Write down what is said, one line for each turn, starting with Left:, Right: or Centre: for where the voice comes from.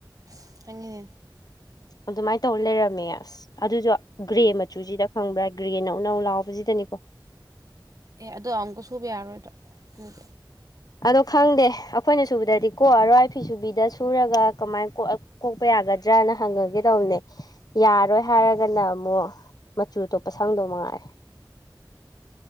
Right: ꯑꯁ ꯈꯪꯉ‌ꯦ
Left: ꯑꯗꯨꯃꯥꯏꯅ ꯇꯧ ꯂꯩꯔꯝꯃꯦ ꯑꯁ ꯑꯗꯨꯁꯨ ꯒ꯭ꯔꯦ ꯃꯆꯨꯁꯤꯗ ꯈꯪꯕ꯭ꯔꯥ ꯒ꯭ꯔꯦ ꯅꯧꯅꯧ ꯂꯥꯎꯕꯁꯤꯗꯅꯤꯀꯣ
Right: ꯑꯦ ꯑꯗꯣ ꯑꯃꯨꯛꯀ ꯁꯨꯕ ꯌꯥꯔꯔꯣꯏꯗꯣ ꯎꯝ
Left: ꯑꯗꯣ ꯈꯪꯗꯦ ꯑꯩꯈꯣꯏꯅ ꯁꯨꯕꯗꯗꯤ ꯀꯣꯛ ꯑꯔꯣꯏ ꯐꯤ ꯁꯨꯕꯤꯗ ꯁꯨꯔꯒ ꯀꯃꯥꯏ ꯀꯣꯛꯄ ꯌꯥꯒꯗ꯭ꯔꯅ ꯍꯪꯉꯨꯒꯦ ꯇꯧꯕꯅꯦ ꯌꯥꯔꯣꯏ ꯍꯥꯏꯔꯒꯅ ꯑꯃꯨꯛ ꯃꯆꯨ ꯑꯇꯣꯞꯄ ꯁꯪꯗꯧ ꯃꯉꯥꯏꯔꯦ